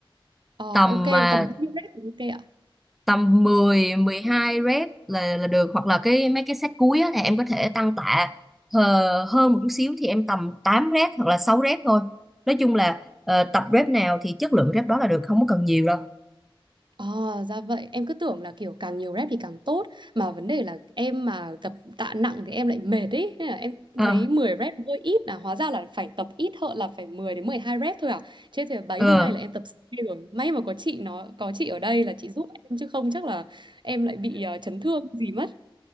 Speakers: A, on the right (about 55°); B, in the centre.
A: Ờ
B: tầm
A: ok,
B: ờ,
A: tầm bao nhiêu rep thì ok ạ?
B: tầm 10 12 rep là là được hoặc là cái mấy cái set cuối á, thì em có thể tăng tạ hờ, hơn một chút xíu thì em tầm 8 rep hoặc là 6 rep thôi nói chung là ờ, tập rep nào thì chất lượng rep đó là được không có cần nhiều đâu
A: Ờ, ra vậy. Em cứ tưởng là kiểu càng nhiều rep thì càng tốt. Mà vấn đề là em mà tập tạ nặng thì em lại mệt ấy. Nên là em
B: ờ
A: thấy 10 rep hơi ít là hóa ra là phải tập ít hơn là phải 10 đến 12 rep thôi à. Chứ thì bấy
B: ờ.
A: lâu nay là em tập C rồi. May mà có chị nó có chị ở đây là chị giúp em chứ không chắc là em lại bị ờ, chấn thương gì mất.